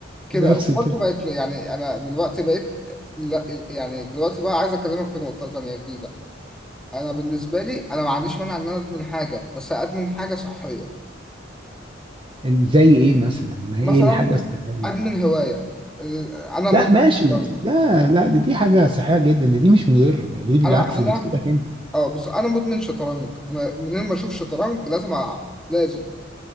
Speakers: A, in the centre; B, on the right (about 25°).
A: كده
B: نفس
A: وبرضه
B: الفكره
A: بقيت يعني انا دلوقتي بقيت لا يعني دلوقتي بقى عايز اكلمك في نقطه تانية جديده انا بالنسبه لي انا ما عنديش مانع ان انا ادمن حاجه بس ادمن حاجه صحيه
B: زي ايه مثلا ما
A: مثلا
B: هي ايه الحاجه الصحيه
A: ادمن هوايه آه، انا
B: لا
A: مدمن
B: ماشي
A: شطرنج
B: لا لا دي, دي حاجه صحيه جدا دي, دي مش مضره دي بالعكس
A: انا انا
B: دي بتفيدك انت.
A: اه بص انا مدمن شطرنج انا منين ما اشوف شطرنج لازم العب لازم